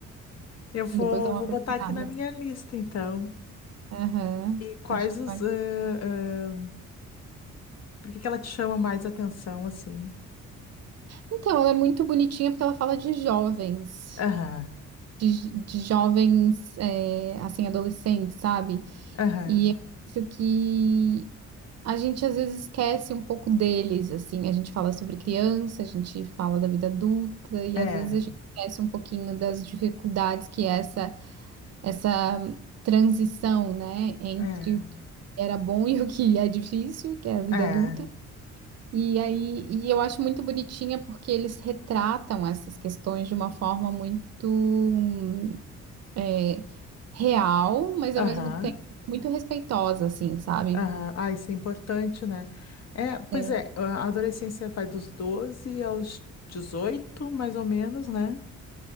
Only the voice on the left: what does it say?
Eu vou,
vou botar
aqui na minha lista, então.
E quais
os.
eh, eh, por que que ela te chama mais atenção, assim?
Aham,
aham.
É,
é,
é.
Aham.
Aham. Ah, isso é importante, né? É, pois
é, a adolescência vai dos 12 aos 18, mais ou menos, né?